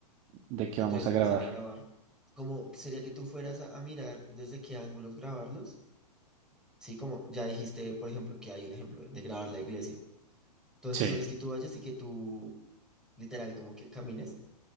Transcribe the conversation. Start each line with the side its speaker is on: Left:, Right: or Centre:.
Right: de qué
Centre: entonces
Right: vamos a
Centre: empezar
Right: grabar.
Centre: a grabar. Como sería que tú fueras a, a mirar desde qué ángulos grabarlos, sí, como ya dijiste, por ejemplo, que hay un ejemplo de grabar la iglesia. Entonces
Right: Sí,
Centre: solo es que tú vayas y que tú, literal, como que camines